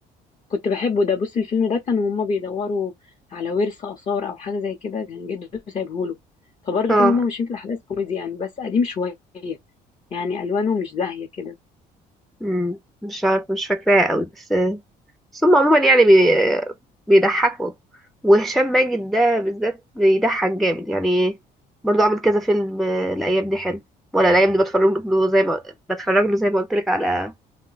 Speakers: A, on the left; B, in the centre.
A: كنت بحبه ده بص الفيلم ده كانوا هما بيدوروا على ورث آثار او حاجه زي كده كان جده سايبهوله فبرضه
B: اه
A: طول ما هما ماشيين في الاحداث كوميدي يعني بس قديم شويه يعني الوانه مش زاهيه كده
B: أمم، مش عارفة مش فاكراه اوي بس بس هم عموما يعني بي... بيضحكوا وهشام ماجد ده بالذات بيضحك جامد يعني برضه عامل كذا فيلم آه، الايام دي حلو وانا الايام دي بتفرج له زي ما بتفرج له زي ما قلت لك على